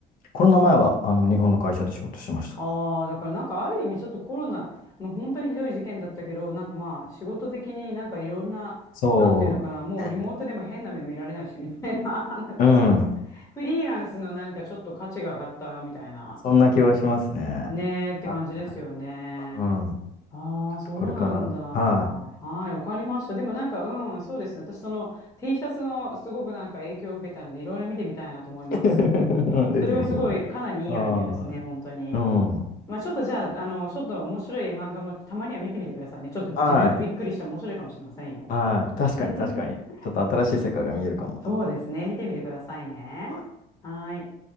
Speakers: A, on the left; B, on the left.
A: コロナ前はあの日本の会社で仕事してました。
B: ああー、だからなんかある意味ちょっとコロナ、まあ、本当にひどい事件だったけど、なんかまあ仕事的になんかいろんな、
A: そう。
B: なんていうのかな、もうリモートでも変な目で見られないしみたいな、
A: ね
B: <laughs> なんかそういう、
A: うん。
B: フリーランスのなんかちょっと価値が上がったみたいな、
A: そんな気はしますね。
B: ねーって感じですよね。
A: はい。うん。
B: ああ、
A: ちょっとこれから、
B: そうなんだ。はい、
A: はい。
B: わかりました。でもなんか、うん、そうですね。私、その T シャツのすごくなんか影響を受けたので、いろいろ見てみたいなと思います。
A: <laughs> うんぜひぜひ。
B: それはすごい、かなりいいアイデアですね、
A: はい。
B: 本当に。
A: うん。は
B: まあ、ちょっとじゃあ、あの、ちょっと面白い漫画もたまには見てみてくださいね。ちょっと自分がびっくりして面白いかもしれませんよ。
A: い。はい。確かに確かに。
B: <laughs>
A: ちょっと新しい世界が見えるかも。
B: そうですね、見てみてくださいね。
A: はい
B: はい。